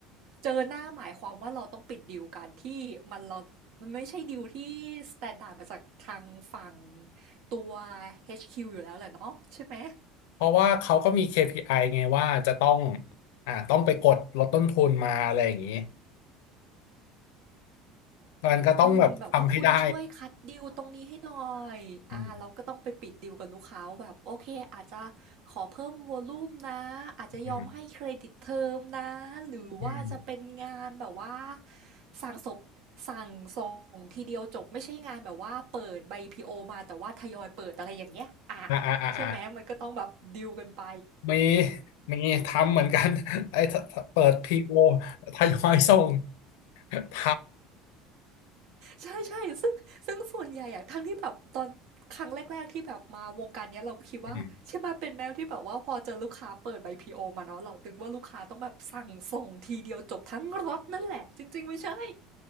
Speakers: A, on the right (about 65°); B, on the left (about 80°).
A: เจอหน้าหมายความว่าเราต้องปิดดีลกันที่มันเรามันไม่ใช่ดีลที่ s t ต n d า r d มาจากทางฝั่งตัว HQ อชคิวอยู่แล้วแหละเนาะใช่ไหม
B: เพราะว่าเขาก็มี KPI ไอไงว่าจะต้องอ่าต้องไปกดลดต้นทุนมาอะไรอย่างนี้มันก็ต้องแบบทำให้ได้
A: อืมแบบว่าคุณช่วยคัดดีลตรงนี้ให้หน่อยอ่าเราก็ต้องไปปิดดีลกับลูกค้าว่าแบบโอเคอาจจะ
B: อืม
A: ขอเพิ่มวอลลุ่มนะอาจจะยอมให้เครดิตเทอมนะหรือว่าจะเป็นงานแบบว่า
B: อืมอืม
A: สั่งสบสั่งส่งทีเดียวจบไม่ใช่งานแบบว่าเปิดใบพีโอมาแต่ว่าทยอยเปิดอะไรอย่างเงี้ยอ่า
B: อ่าอ่าอ่า
A: ใช่ไหมมันก็ต้องแบบดีลกันไป
B: มีมีทำเหมือนกัน <laughs> ไอ้ถ้าถ้าเปิดพีโอทยอยส่ง <laughs> ท
A: ใช่ๆซึ่งซึ่งส่วนใหญ่อะทั้งที่แบบตอนครั้งแรกๆที่แบบมาวงการเนี้ยเราก็คิดว่าใช่ไหมเป็นแมวที่แบบว่าพอเจอลูกค้าเปิดใบ
B: ำอืม
A: PO มาเนาะเราตึงว่าลูกค้าต้องแบบสั่งส่งทีเดียวจบทั้งรถนั่นแหละจริงๆไม่ใช่